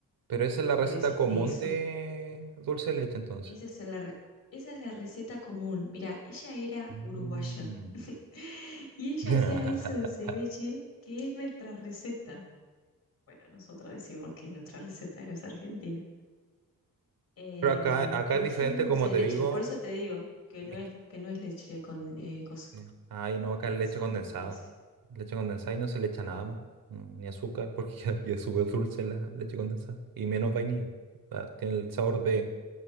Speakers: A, on the right (about 80°); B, on the left (about 75°).
A: Pero esa es
B: porque
A: la receta
B: de eso,
A: común
B: de eso,
A: de dulce de leche entonces.
B: esa es la, re- esa es la receta común. Mira, ella era
A: Mm.
B: uruguaya <laughs> y ella
A: <laughs>
B: hacía ese dulce de leche que es nuestra receta. Bueno, nosotros decimos que es nuestra receta de los argentinos Eh,
A: Pero acá, acá
B: pero
A: es diferente,
B: sí el mismo
A: como
B: dulce de
A: te
B: leche.
A: digo.
B: Por eso te digo que
A: es
B: no es, que no es leche con, eh, cosa,
A: Sí. Ah, yo no,
B: eh, condensada,
A: acá es leche condensada.
B: como vos decís.
A: Leche condensada y no se le echa nada
B: Mm.
A: más. no, Ni azúcar, <laughs> porque ya, ya es súper dulce la leche condensada. Y menos vainilla. Ah, Tiene el sabor de